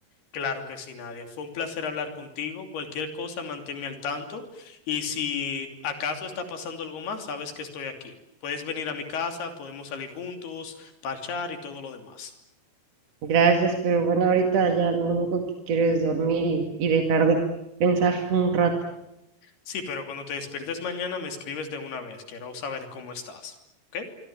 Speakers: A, on the left (about 75°); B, on the right (about 45°).
A: Claro que sí, Nadia. Fue un placer hablar contigo. Cualquier cosa, manténme al tanto. Y si acaso está pasando algo más, sabes que estoy aquí. Puedes venir a mi casa, podemos salir juntos, parchar y todo lo demás.
B: Gracias, pero bueno, ahorita ya lo único que quiero es dormir y, y dejar de pensar un rato.
A: Sí, pero cuando te despiertes mañana me escribes de una vez. Quiero saber cómo estás. ¿Ok?